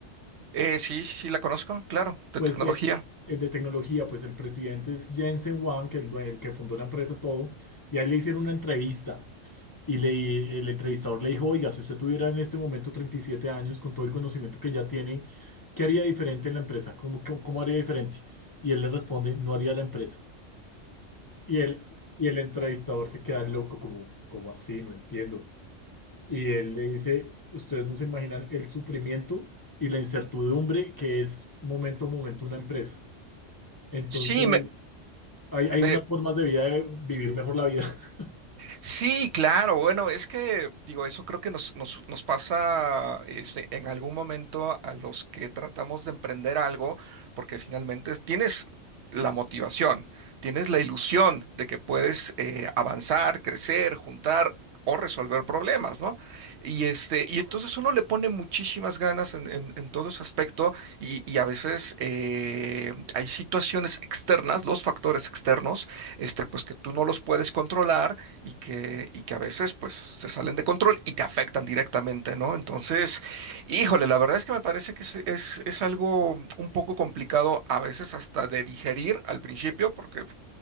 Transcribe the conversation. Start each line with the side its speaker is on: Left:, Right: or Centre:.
Right: Eh, sí, sí, sí, la conozco, claro, de
Left: Pues
Right: tecnología.
Left: el, el de tecnología, pues el presidente es Jensen Huang, que el, due- el que fundó la empresa todo, y a él le hicieron una entrevista. Y le, el entrevistador le dijo, oiga, si usted tuviera en este momento 37 años, con todo el conocimiento que ya tiene, ¿qué haría diferente en la empresa? ¿Cómo, cómo, cómo haría diferente? Y él le responde, no haría la empresa. Y él, y el entrevistador se queda loco, como, como así? No entiendo. Y él le dice, ustedes no se imaginan el sufrimiento y la incertidumbre que es momento a momento una empresa. Entonces,
Right: Sí, me,
Left: hay, hay
Right: me,
Left: unas formas de vida de vivir mejor la vida. <laughs>
Right: Sí, claro, bueno, es que digo, eso creo que nos, nos, nos pasa este, en algún momento a los que tratamos de emprender algo, porque finalmente tienes la motivación, tienes la ilusión de que puedes eh, avanzar, crecer, juntar o resolver problemas, ¿no? Y este, y entonces uno le pone muchísimas ganas en, en- en todo ese aspecto, y, y a veces eh, hay situaciones externas, los factores externos, este, pues que tú no los puedes controlar y que, y que a veces pues se salen de control y te afectan directamente, ¿no? Entonces, híjole, la verdad es que me parece que es, es, es algo un poco complicado a veces hasta de digerir al principio, porque